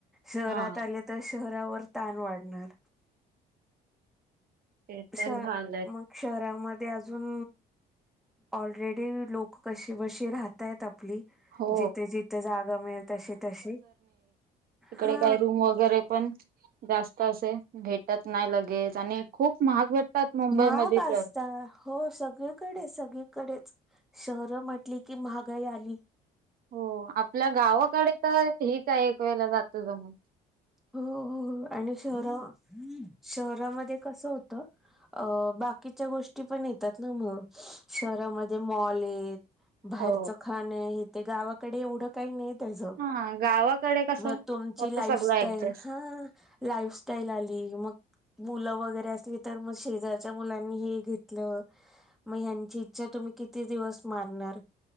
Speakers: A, in the centre; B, on the right.
A: शहरात
B: हा
A: आले तर शहरावर ताण वाढणार.
B: ते तर
A: श
B: झालंय
A: मग शहरामध्ये अजुन ऑलरेडी लोक कशी बशी राहतायत आपली.
B: हो
A: जिथे जिथे जागा मिळेल तशी तशी
B: इकडे
A: हा
B: काही रूम वगैरे पण, जास्त असे भेटत नाही लगेच आणि खूप महाग भेटतात मुंबईमध्ये
A: महाग असता
B: तर.
A: हो सगळीकडे सगळीकडेच, शहरं म्हटली की महागाई आली.
B: हो आपल्या गावाकडे तर हे काय एक वेळेला जात जमून.
A: हो हो आणि शहरा, शहरामध्ये कसं होत अ बाकीच्या गोष्टी पण येतात ना मग शहरामध्ये मॉल येत. बाहेरचं
B: हो
A: खाण आहे हे ते गावाकडे एवढं काही नाही त्याज,
B: हा गावाकडे कसं
A: म तुमची
B: होत
A: लाइफस्टाइल
B: सगळं ऍडजस्ट
A: ह ह, लाईफस्टाईल आली मग मुलं वगैरे असली तर मग शेजारच्या मुलांनी हे घेतलं. म ह्यांची इच्छा तुम्ही किती दिवस मारणार?